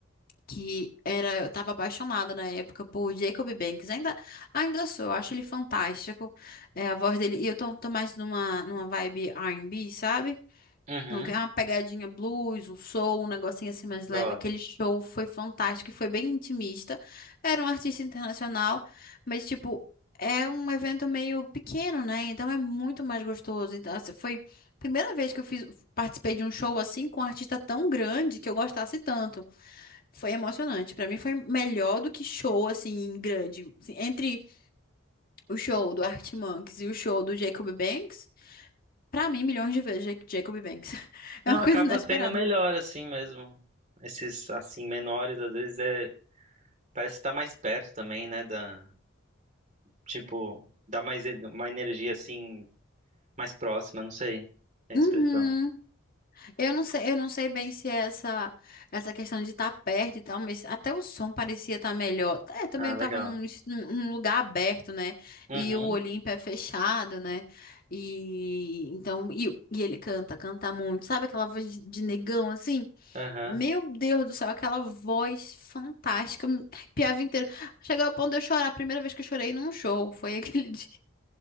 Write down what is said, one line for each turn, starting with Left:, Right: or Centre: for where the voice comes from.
Left: que era, eu tava apaixonada na época por Jacob Banks, ainda, ainda sou, eu acho ele fantástico, é, a voz dele, e eu tô, tô mais numa, numa vibe R&B, sabe?
Right: Uhum,
Left: Não quer uma pegadinha blues, um soul, um negocinho assim mais
Right: gosto.
Left: leve. Aquele show foi fantástico e foi bem intimista. Era um artista internacional, mas tipo, é um evento meio pequeno, né? Então é muito mais gostoso. Então, assim, foi a primeira vez que eu fiz, participei de um show assim com um artista tão grande que eu gostasse tanto. Foi emocionante. Pra mim foi melhor do que show assim grande. Assim, Entre o show do Arctic Monkeys e o show do Jacob Banks, Pra mim, milhões de vezes, Jac- Jacob Banks. <laughs> É
Right: Não,
Left: uma
Right: acaba
Left: coisa inesperada.
Right: sendo melhor assim mesmo. Esses assim menores às vezes é parece estar mais perto também, né, da tipo, dá mais en- uma energia assim mais próxima, não sei. Tem
Left: Uhum.
Right: expressão.
Left: Eu não sei, eu não sei bem se é essa essa questão de estar perto e tal, mas até o som parecia estar melhor. É, também
Right: Ah,
Left: estava
Right: legal.
Left: num, es- num num lugar aberto, né?
Right: Uhum.
Left: E o Olimpo é fechado, né? E então e, e ele canta, canta muito. Sabe aquela voz de, de negão assim?
Right: Aham.
Left: Meu Deus do céu, aquela voz fantástica, me arrepiava inteiro. Chegou ao ponto de eu chorar. A primeira vez que eu chorei num show foi aquele <laughs> dia.